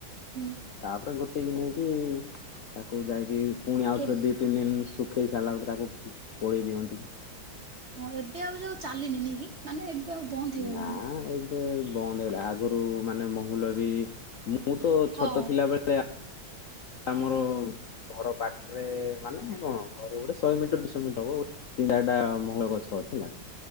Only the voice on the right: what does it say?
ହୁଁ।
ଏବ୍
ହଁ ଏବେ ଆଉ ଯୋଉ ଚାଲିନି ନାଇ କି? ମାନେ ଏବେ ଆଉ ବନ୍ଦ ହେଇଗଲାଣି।
ହଁ